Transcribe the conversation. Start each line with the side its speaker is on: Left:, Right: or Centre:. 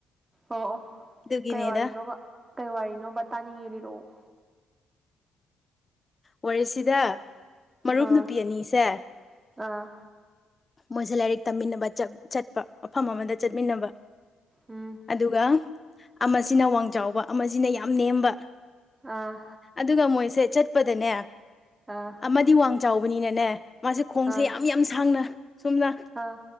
Right: ꯑꯣ ꯑꯣ
Left: ꯑꯗꯨꯒꯤꯅꯦꯗ
Right: ꯀꯩ ꯋꯥꯔꯤꯅꯣꯕ ꯀꯩ ꯋꯥꯔꯤꯔꯤꯅꯣꯕ ꯇꯥꯅꯤꯡꯉꯦ ꯂꯤꯔꯛꯑꯣ
Left: ꯋꯥꯔꯤꯁꯤꯗ ꯃꯔꯨꯞ
Right: ꯑꯥ
Left: ꯅꯨꯄꯤ ꯑꯅꯤꯁꯦ
Right: ꯑꯥ
Left: ꯃꯣꯏꯁꯦ ꯂꯥꯏꯔꯤꯛ ꯇꯝꯃꯤꯟꯅꯕ ꯆꯠꯄ ꯃꯐꯝ ꯑꯃꯗ
Right: ꯎꯝ
Left: ꯆꯠꯃꯤꯟꯅꯕ
Right: ꯎꯝ
Left: ꯑꯗꯨꯒ ꯑꯃꯁꯤꯅ ꯋꯥꯡ ꯆꯥꯎꯕ ꯑꯃꯁꯤꯅ ꯌꯥꯝ ꯅꯦꯝꯕ
Right: ꯑꯥ
Left: ꯑꯗꯨꯒ ꯃꯣꯏꯁꯦ ꯆꯠꯄꯗꯅꯦ
Right: ꯑꯥ
Left: ꯑꯃꯗꯤ ꯋꯥꯡ ꯆꯥꯎꯕꯅꯤꯅꯅꯦ ꯃꯥꯁꯦ ꯈꯣꯡꯁꯦ
Right: ꯑꯥ
Left: ꯌꯥꯝ ꯌꯥꯝ ꯁꯥꯡꯅ ꯁꯨꯝꯅ
Right: ꯑꯥ